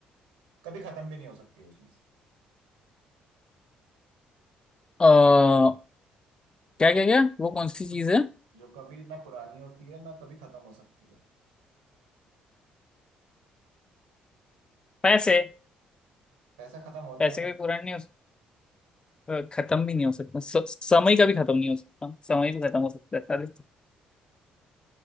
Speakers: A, on the right; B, on the left.
A: कभी खत्म भी नहीं हो सकती वो चीज
B: अ, क्या क्या क्या वो कौन सी चीज़ है
A: जो कभी ना पुरानी होती है ना कभी खत्म हो सकती है
B: पैसे
A: पैसा खत्म होता
B: पैसे
A: है
B: कोई पुरानी नहीं अ, खत्म भी नहीं हो सकता स- समय का भी खत्म नहीं हो सकता समय भी खत्म हो सकता है सारे